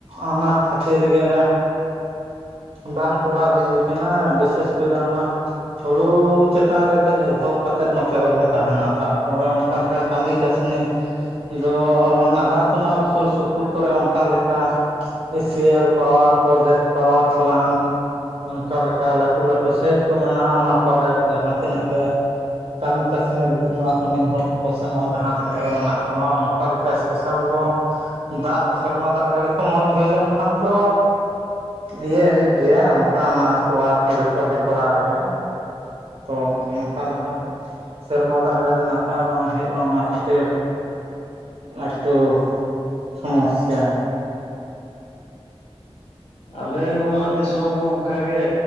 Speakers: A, on the right (about 55°); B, on the left (about 65°).
A: ᱚᱱᱟᱴ ᱠᱷᱟᱹᱛᱤᱨ ᱜᱮ ᱵᱟᱝ ᱠᱚᱨᱟᱣ ᱦᱩᱭ ᱟᱠᱟᱱᱟ ᱵᱤᱥᱮᱥ ᱠᱚᱨᱮ ᱚᱱᱟ ᱦᱩᱲᱩ ᱪᱮᱛᱟᱱ ᱨᱮᱜᱮ ᱱᱤᱨᱵᱷᱚᱨ᱾ ᱠᱟᱛᱮᱫ ᱱᱚᱛᱮ ᱫᱚᱞᱮ ᱛᱟᱸᱦᱮᱱᱟ ᱛᱟᱨᱯᱚᱨᱮ ᱚᱱᱠᱟ ᱞᱮᱠᱟ ᱠᱟᱹᱢᱤ ᱠᱟᱹᱥᱱᱤ ᱫᱚ ᱱᱟᱞᱦᱟ ᱛᱩᱢᱟᱹᱞ ᱥᱩᱨ ᱥᱩᱯᱩᱨ ᱠᱚᱨᱮ ᱚᱱᱠᱟ ᱞᱮᱠᱟ E C L power project, power plant ᱚᱱᱠᱟ ᱞᱮᱠᱟ ᱞᱟᱹᱴᱩ ᱞᱟᱹᱴᱩ ᱥᱟᱭᱤᱴ ᱠᱚ ᱢᱮᱱᱟᱜᱼᱟ ᱚᱱᱟ ᱠᱚᱨᱮ ᱡᱟᱦᱟᱸ ᱛᱤᱱᱟᱹᱜ ᱜᱮ ᱠᱟᱹᱢᱤ ᱠᱟᱹᱥᱱᱤ ᱞᱟᱹᱜᱤᱫ ᱱᱚᱣᱟ <inaudible> ᱦᱚᱲ ᱠᱚᱠᱚ ᱥᱮᱱᱚᱜᱼᱟ ᱡᱟᱦᱟᱸ ᱛᱤᱱᱟᱹᱜ ᱜᱮ ᱢᱮᱱᱟᱜ ᱠᱚᱣᱟ ᱚᱱᱠᱟ ᱞᱮᱠᱟ ᱮᱥᱯᱮᱥᱟᱞ ᱫᱚ ᱫᱟᱜ ᱥᱮᱨᱢᱟ ᱫᱟᱜ ᱡᱟᱹᱲᱤ ᱠᱚ ᱢᱚᱸᱡᱽ ᱦᱩᱭ ᱞᱮᱱᱠᱷᱟᱱ ᱫᱚ ᱤᱭᱟᱹ ᱦᱩᱭᱩᱜ ᱜᱮᱭᱟ ᱚᱱᱠᱟ ᱟᱱᱟᱡᱽ ᱠᱚ ᱟᱨ ᱠᱚ ᱡᱚᱛᱚ ᱞᱮ ᱠᱚᱨᱟᱣ ᱜᱮᱭᱟ᱾ ᱛᱚ ᱚᱱᱠᱟ ᱞᱮᱠᱟ᱾ ᱥᱮᱨᱢᱟ ᱫᱟᱜ ᱡᱟᱹᱲᱤ ᱱᱟᱯᱟᱭ ᱵᱟᱝ ᱦᱩᱭᱩᱜᱼᱟ ᱚᱱᱟ ᱠᱷᱟᱹᱛᱤᱨ ᱮᱠᱴᱩ ᱥᱚᱢᱚᱭᱥᱟ
B: ᱟᱞᱮ ᱱᱚᱣᱟ ᱫᱤᱥᱚᱢ ᱦᱚᱸ ᱚᱱᱠᱟᱜᱮ